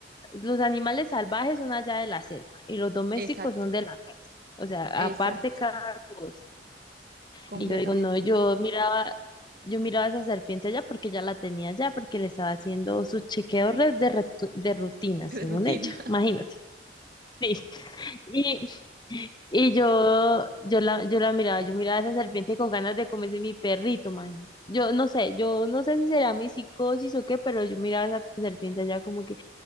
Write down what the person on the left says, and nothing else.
Los animales salvajes son allá de la selva y los domésticos
son de la casa. O sea,
aparte cada cosa.
Y yo digo, no, yo miraba, yo miraba esa serpiente allá porque ya la tenía allá, porque le estaba haciendo sus chequeos re- de, retu- de rutina,
según
ella. Imagínate. <laughs> Sí. Y, y yo, yo la, yo la miraba, yo miraba a esa serpiente con ganas de comerse mi perrito, man. Yo no sé, yo no sé si será mi psicosis o qué, pero yo miraba a esa serpiente allá como que